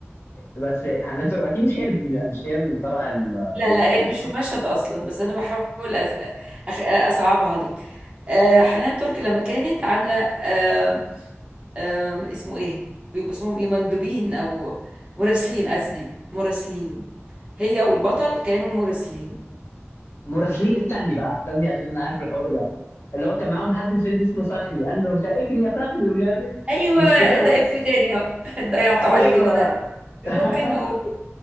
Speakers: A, on the left; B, on the right.
A: بس حنان ترك اكيد مش هي اللي- مش هي اللي طالعة ال- الافيه
B: لا لا هي مش
A: صح؟
B: في المشهد اصلا بس انا بحاول أس... أخ... اصعبها عليك آه حنان ترك لما كانت عامله آه آه اسمه ايه بيبقوا اسمهم ايه مندوبين او مراسلين قصدي مراسلين هي والبطل كانوا مراسلين
A: مراسلين استني بقى استني عشان انا عارف الحوار ده اللي هو كان معاهم حد في فيلم اسمه فخري قال له مش اجري يا فخري ومش عارف إيه.
B: ايوه
A: مش كده؟
B: ده اف تاني اهو <laughs> ضيعتوا
A: ايوه
B: علينا ده
A: <laughs>
B: ممكن نقول